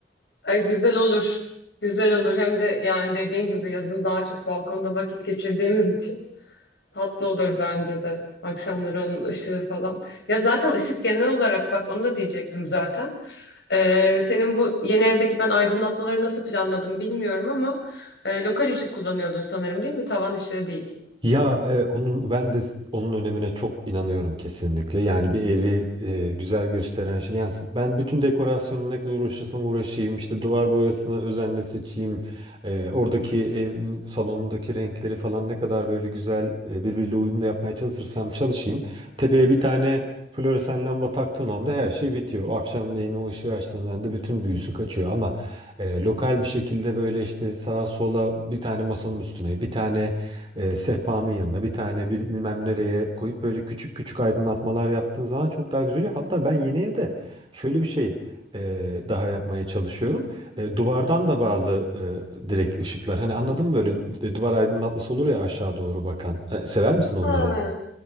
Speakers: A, on the left; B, on the right.
A: Ay, güzel olur. Güzel olur. Hem de yani dediğin gibi yazın daha çok balkonda vakit geçirdiğimiz için tatlı olur bence de. Akşamları onun ışığı falan. Ya zaten ışık genel olarak bak onu da diyecektim zaten. Ee, senin bu yeni evdeki ben aydınlatmaları nasıl planladım bilmiyorum ama e, lokal ışık kullanıyordun sanırım değil mi? Tavan ışığı değil.
B: Ya e, onun ben de onun önemine çok inanıyorum kesinlikle. Yani bir evi e, güzel gösteren şey. Yani s- ben bütün dekorasyonla ne kadar uğraşırsam uğraşayım, işte duvar boyasını özenle seçeyim, e, oradaki evin salonundaki renkleri falan ne kadar böyle güzel e, birbiriyle uyumlu yapmaya çalışırsam çalışayım. Tepeye bir tane floresan lamba taktığın anda her şey bitiyor. O Akşamleyin o ışığı açtığında anda bütün büyüsü kaçıyor ama e, lokal bir şekilde böyle işte sağa sola bir tane masanın üstüne, bir tane e, sehpanın yanına bir tane bir bilmem nereye koyup böyle küçük küçük aydınlatmalar yaptığın zaman çok daha güzel oluyor. Hatta ben yeni evde şöyle bir şey e, daha yapmaya çalışıyorum. E, duvardan da bazı e, direkt ışıklar hani anladın mı böyle d- duvar aydınlatması olur ya aşağı doğru bakan. E, sever misin onları?
A: Ha,